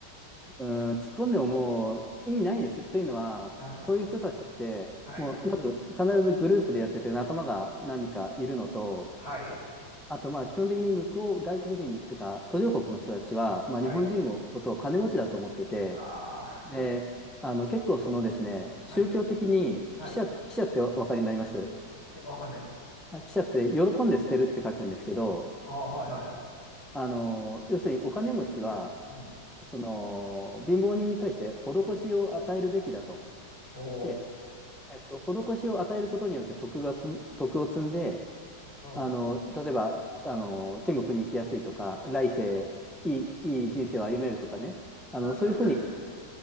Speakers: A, in the centre; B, on the left.
A: うん、突っ込んでももう意味ないです。というのは、
B: はい。
A: そういう人たちって、
B: はい。
A: もうまず必ずグループでやってて仲間が何人かいるのと、
B: はい。
A: あとまあ基本的に向こう、外国人というか途上国の人たちは、まあ日本人のことを金持ちだと思ってて、
B: はい。ああ、
A: で、あの結構そのですね、
B: <laughs>
A: 宗教的に、
B: はい。はい。
A: 記者、記者ってお分かりになります
B: あきわかんないです。
A: まあ記者って喜んで捨てるって書くんですけど、
B: ああ、はいはいはい。
A: あの、要するにお金持ちは、
B: うん。
A: その、貧乏人に対して施しを与えるべきだと。
B: ほ
A: で、えっと、施しを与えることによって徳がつん、徳を積んで、
B: う。うん。
A: あの、例えば、あの、天国に行きやすいとか、来世、いい、いい人生を歩めるとかね、あの、
B: なんだそれ。
A: そういうふうに、